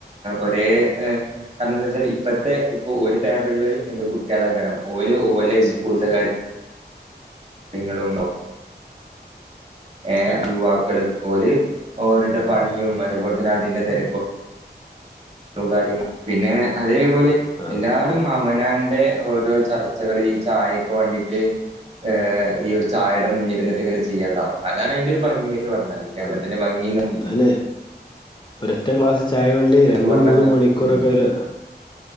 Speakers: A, on the right; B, on the left.
A: ഒരേ
B: ഉം
A: ഏഹ് കാരണംന്തച്ചാല് ഇപ്പത്തെ ഇപ്പൊ ഒര് ടേബ്ൾല് എന്ത കുട്ട്യാളെക്കാരം ഓല് ഓലെ
B: ഉം
A: സ്കൂള്ത്തെ കാര് നിങ്ങളും ഓഹ് ഏഹ്
B: അതെ
A: യുവാക്കള് ഓല് ഓര്ടെ പണിയും അതേപോലെ
B: ഉം
A: തന്നെ അതിൻ്റെ തെര ക്കും കാര്യങ്ങൾ പിന്നെ അതേപോലെ
B: ആഹ്
A: എല്ലാ അവനാന്റെ ഓരോ ചർച്ചകള് ഈ ചായെക്ക് വാണ്ടീട്ട് ഏഹ് ഈ ഒര് ചായേടെ മുന്നില്ന്ന്ട്ട് ഇങ്ങനെ ചെയ്യാണ്ടാവും അതാണ് അയ്ന്റെ ഒര് ഭംഗീന്ന് പർഞ്ഞാല് കേരളത്തിന്റെ
B: ആഹ്
A: ഭംഗീന്ന്
B: ഉം അതെന്നെ ഒരാെറ്റ ഗ്ലാസ് ചായ വേണ്ടി രണ്ടും
A: എന്നൊക്കെ പറഞ്ഞ
B: മൂന്നും മണിക്കൂറൊക്കാെര്
A: ഉം